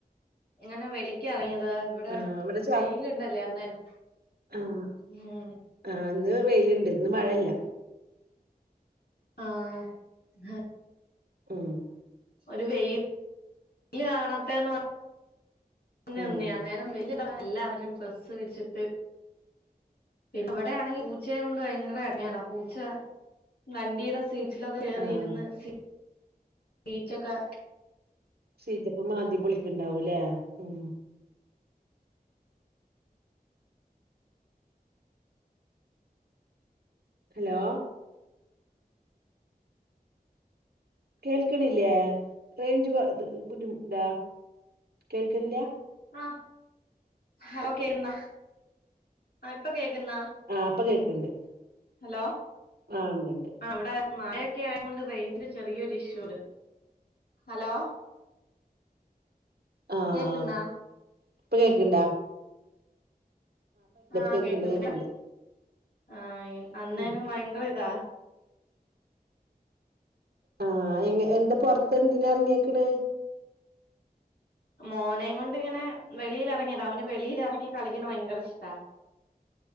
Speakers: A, on the left; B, on the right.
A: ഇങ്ങനെ വെളിക്ക് എറങ്ങിയത വടെ
B: ആഹ് ഇവിടെ ചാ
A: വെയില്ണ്ടല്ലേ അന്നേരം.
B: ആഹ്
A: ഉം
B: ആഹ് ഇന്ന് വെയില്ണ്ട് ഇന്ന് മഴല്ല.
A: ആഹ് <unintelligible>
B: ഉം
A: ഒരു വെയ് ല് കാണട്ടെന്ന് പ ന്നെയെന്നെ
B: ഉം
A: അന്നേരം വെയില് <unintelligible> എല്ലാവരും ഡ്രസ്സ് വിരിച്ചിട്ട് പിന്നെ ഇവിടെയാണെങ്കിൽ പൂച്ചയും കൊണ്ട് ഭയങ്കര എടങ്ങേറാ പൂച്ച വണ്ടിയുടെ സീറ്റിലൊക്കെ കേറിയിര്ന്ന്
B: ആഹ്
A: സി സീറ്റൊക്കെ
B: ഷീറ്റൊക്കെ മാന്തി പൊളിക്ക്ണ്ടാവു ല്ലേ? ഉം ഹലോ കേൾക്ക്ണില്ല്യേ? റേഞ്ച് ബ ബ് ബുദ്ധിമുട്ട്ണ്ടാ? കേൾക്കണില്ല?
A: ആഹ് ഹലോ കേന്ന ആ ഇപ്പ കേക്ക്ന്ന?
B: ആഹ് ഇപ്പ കേൾക്ക്ണ്ട്.
A: ഹലോ
B: ആഹ് ഇണ്ട് ണ്ട്
A: ആഹ് ഇവിടെ മഴയൊക്കെ ആയ കൊണ്ട് റേഞ്ച്ന് ചെറിയൊരു ഇഷ്യൂണ്ട്. ഹലോ
B: ആഹ്
A: കേക്കിന്ന?
B: ഇപ്പൊ കേക്കിണ്ട?
A: ആഹ്
B: കേക്ക്ണ്ട്
A: കേക്ക്ന്നില്ല.
B: കേക്ക്ണ്ട്
A: ആഹ് അന്നേരം
B: ഉം
A: ഭയങ്കര ഇതാ
B: ആഹ് എങ് എന്ത പൊർത്ത് എന്തിന എറങ്ങിയേക്ക്ണ്?
A: മോനെയും കൊണ്ട് ഇങ്ങനെ വെളിയിൽ ഇറങ്ങിയതാ. അവന് വെളിയില് ഇറങ്ങി കളിക്കണ ഭയങ്കര ഇഷ്ടാ.